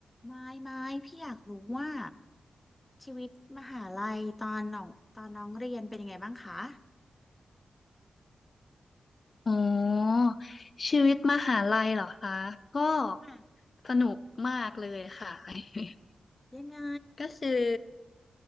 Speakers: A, on the left; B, on the left.
A: ไม่ไม่พี่อยากรู้ว่าชีวิตมหาลัยตอนน้องตอนน้องเรียนเป็นยังไงบ้างคะ
B: อ๋อชีวิตมหาลัยเหรอคะก็
A: ค่ะ
B: สนุกมากเลยค่ะ <laughs>
A: ยังไง
B: ก็คือ